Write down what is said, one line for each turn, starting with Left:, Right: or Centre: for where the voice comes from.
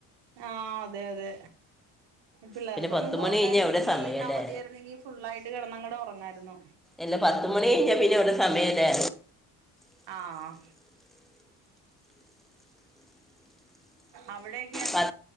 Right: ആഹ് അതെ അതെ പിള്ളേർക്കൊന്നും
Centre: പിന്നെ പത്ത്
Right: പോകണ്ടായിരുന്നെങ്കി
Centre: മണി കഴിഞ്ഞാൽ എവിടെ സമയല്ലേ
Right: ഇന്ന് അവധിയായിരുന്നെങ്കി - ഫുള്ളായിട്ട് കെടന്ന് അങ്ങട് ഒറങ്ങായിരുന്നു
Centre: ഇല്ല പത്തുമണി കഴിഞ്ഞാ പിന്നെ അവിടെ സമയം ഇല്ലേ
Right: ആഹ് അവിടെ-
Centre: പ